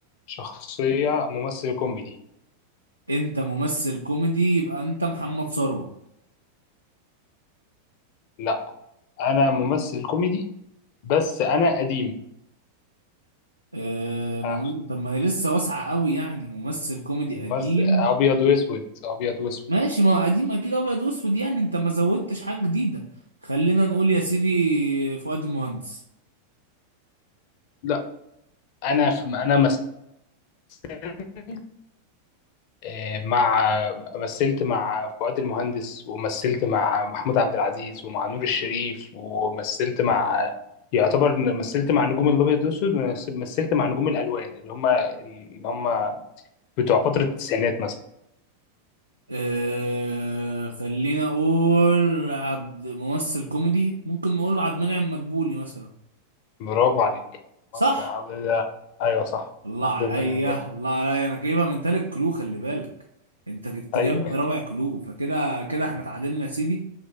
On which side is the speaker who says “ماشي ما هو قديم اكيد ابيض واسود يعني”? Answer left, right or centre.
Right